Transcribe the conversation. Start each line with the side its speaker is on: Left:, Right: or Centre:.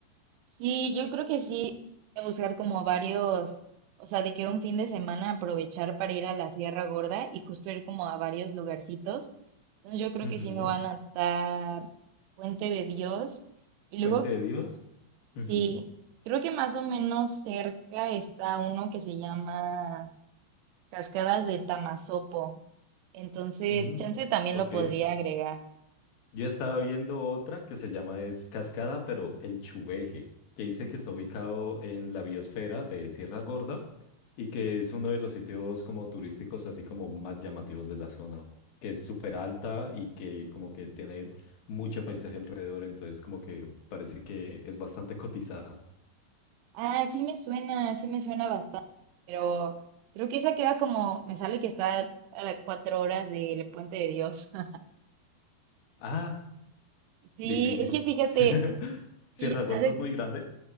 Right: Sí, yo creo que sí, voy a buscar como varios, o sea, de que un fin de semana aprovechar para ir a la Sierra Gorda y justo ir como a varios lugarcitos. Entonces yo creo
Left: Ujú.
Right: que sí me van a atar Puente de Dios. Y
Left: Puente
Right: luego,
Left: de Dios. Ujú.
Right: sí, creo que más o menos cerca está uno que se llama Cascadas de Tamasopo. Entonces,
Left: Mm,
Right: chance también
Left: Ok.
Right: lo podría agregar.
Left: Yo estaba viendo otra que se llama es Cascada, pero el Chuveje, que dice que está ubicado en la biosfera de Sierra Gorda y que es uno de los sitios como turísticos así como más llamativos de la zona, que es súper alta y que como que tiene mucho paisaje alrededor, entonces como que parece que es bastante cotizada.
Right: Ah, sí me suena, sí me suena bastante, pero creo que esa queda como, me sale que está a cuatro horas del Puente de Dios. <laughs>
Left: Ah,
Right: Sí,
Left: difícil.
Right: es que fíjate,
Left: <laughs> Sierra
Right: y
Left: Gorda
Right: hace
Left: es muy grande.